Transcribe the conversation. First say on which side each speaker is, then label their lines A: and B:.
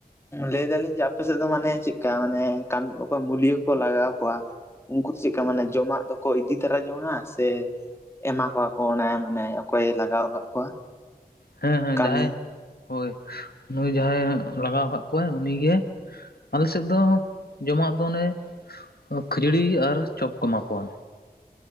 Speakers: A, on the left (about 15°); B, on the left (about 75°).
A: ᱞᱟᱹᱭ ᱫᱟᱞᱤᱧ ᱡᱮ ᱟᱯᱮ ᱥᱮᱫ ᱫᱚ ᱢᱟᱱᱮ ᱪᱮᱫᱠᱟ ᱢᱟᱱᱮ ᱠᱟᱢᱤ ᱠᱚ ᱢᱩᱞᱭᱚ ᱠᱚ ᱞᱟᱜᱟᱣ ᱠᱚᱣᱟ? ᱩᱱᱠᱩ ᱫᱚ ᱪᱮᱫᱠᱟ ᱢᱟᱱᱮ ᱡᱚᱢᱟᱜ ᱫᱚᱠᱚ ᱤᱫᱤ ᱛᱚᱨᱟ ᱡᱚᱝᱟ ᱥᱮ ᱮᱢᱟ ᱠᱚᱣᱟ ᱠᱚ ᱚᱱᱮ ᱢᱟᱱᱮ ᱚᱠᱚᱭᱮ ᱞᱟᱜᱟᱣ ᱟᱠᱟᱫ ᱠᱚᱣᱟ᱾
B: ᱦᱮᱸ ᱦᱮᱸ
A: ᱠᱟᱹᱢᱤ
B: ᱡᱟᱸᱦᱟᱭ ᱦᱚᱭ ᱱᱩᱭ ᱡᱟᱸᱦᱟᱭ ᱞᱟᱜᱟᱣ ᱠᱟᱫ ᱠᱚᱣᱟᱭ ᱩᱱᱤ ᱜᱮ᱾ ᱟᱞᱮ ᱥᱮᱫ ᱫᱚ ᱡᱚᱢᱟᱜ ᱫᱚ ᱚᱱᱮ ᱠᱷᱟᱹᱡᱟᱹᱲᱤ ᱟᱨ ᱪᱚᱯ ᱠᱚ ᱮᱢᱟ ᱠᱚᱣᱟ᱾